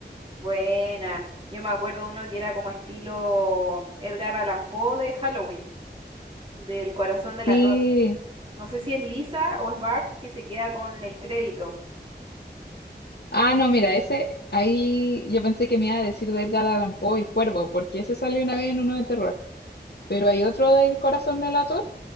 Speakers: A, on the right; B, on the left.
A: Buena. Yo me acuerdo uno que era como estilo Edgar Allan Poe de Halloween, del corazón del
B: Sí.
A: ator. No sé si es Lisa o es Bart que se queda con el crédito.
B: Ah, no, mira, ese, ahí yo pensé que me iba a decir de Edgar Allan Poe, El Cuervo, porque ese salió una vez en uno de terror. Pero hay otro del Corazón del Ator,